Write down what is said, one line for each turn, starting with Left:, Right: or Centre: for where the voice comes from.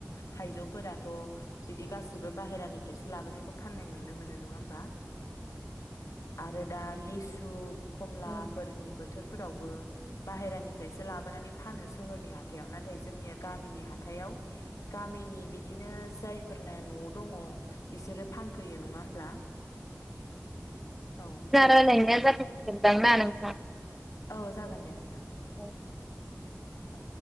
Left: थाइजौफोराथ' बिदि गासिबो बाहेरानिफ्रायसो लाबोनायखौ फाननाय नुनो मोनो नङा होमबा? आरो दा लिसु खमलाफोरनि
Centre: रायलायनाया
Left: बोथोर फोरावबो बाहेरानिफ्रायसो लाबोनानै फानो सोहोरनि हायाव नाथाय जोंनिया गामिनि हाथायाव गामिनि बिदिनो जायफोरना न'आव दङ बिसोरो फानफैयो नङा होमब्ला? औ
Centre: जारालाय ना जा दां ना नोंथां
Left: औ जागोन दे नोंथां
Centre: औ
Left: औ